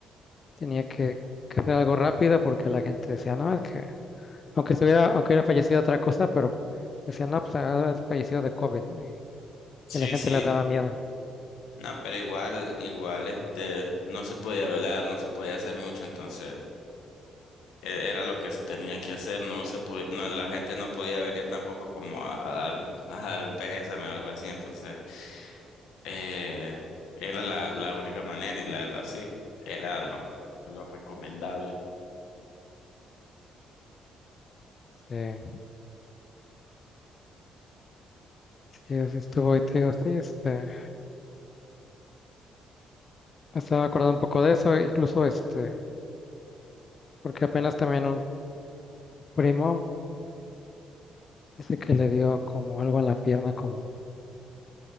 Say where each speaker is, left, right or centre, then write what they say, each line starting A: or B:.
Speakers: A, on the left; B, on the left.
A: tenía que, que hacer algo rápido porque la gente decía, no, es que, aunque estuviera, aunque hubiera fallecido otra cosa, pero decían, no, pues ha de haber fallecido de COVID, ¿no? Y,
B: Sí,
A: y la gente
B: sí.
A: le daba miedo.
B: No, pero igual, igual, este, no se podía velar, no se podía hacer mucho, entonces e- era lo que se tenía que hacer, no se podía, no, la gente no podía venir tampoco como a, a dar, el- a dar el pésame o algo así, entonces eh, era la, la única manera y la verdad sí, era lo, lo recomendable.
A: Sí, sí, así estuvo, y te digo, sí, este, me estaba acordando un poco de eso, incluso este, porque apenas también un primo dice que le dio como algo en la pierna, como,